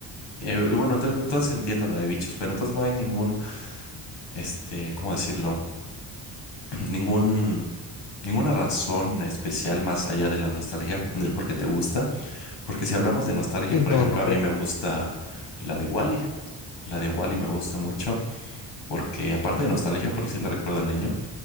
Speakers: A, on the left; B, on the left.
A: Eh, bueno, entonces, entonces entiendo lo de bichos, pero entonces no hay ningún, este, ¿cómo decirlo? <clears throat> Ningún, ninguna razón especial más allá de la nostalgia, del por qué te gusta. Porque si hablamos de nostalgia,
B: Y
A: por
B: no,
A: ejemplo,
B: no
A: a
B: creo.
A: mí me gusta la de Wally. La de Wally me gusta mucho porque, aparte de nostalgia, porque sí la recuerdo de niño,